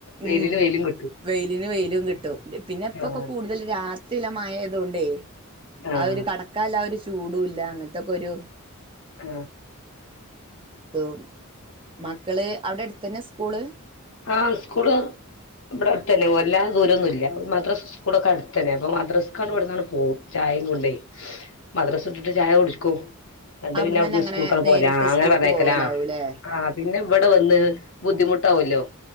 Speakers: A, on the left (about 60°); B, on the right (about 25°).
A: വെയിലിന്
B: ഉം
A: വെയിലും കിട്ടും
B: വെയിലിന് വെയിലും കിട്ടും പിന്നെ ഇപ്പൊക്കെ
A: ആഹ്
B: കൂടുതൽ രാത്രിയില മഴ അതൊണ്ടേ
A: ആഹ്
B: അതോരു കടക്കാല ആ ഒരു ചൂടു ഇല്ല അങ്ങനത്തൊക്കെ ഒരു
A: ആ
B: അത് മക്കള് അവിടെ അടുത്തെന്നെ സ്കൂള്
A: ആഹ് സ്കൂള് ഇവിടെ അടു തന്നെ വെല്ലാ ദൂരൊന്നും ഇല്ല മദ്രസ്സ സ്കൂളൊക്കെ അടുത്ത് തന്നെ അപ്പോ മദ്രസ്സക്ക് ഇവിടുന്നങ്ങട് പോകും ചായയും കൊണ്ടേ മദ്രസ വിട്ടിട്ട് ചായ കുടിക്കും ങ്ങട്ട്
B: അവിടുന്ന്
A: പിന്നെ അവിടു
B: തന്നെ അങ്ങനെ
A: സ്കൂൾക്ക
B: നേരിട്ട്
A: പോലാആ അങ്ങനെ
B: സ്കൂൾക്ക്
A: പറഞ്ഞേക്കലാ
B: പോവലാവൂല്ലേ
A: ആ പിന്നെ ഇവിടെ വന്ന് ബുദ്ധിമുട്ടാവല്ലോ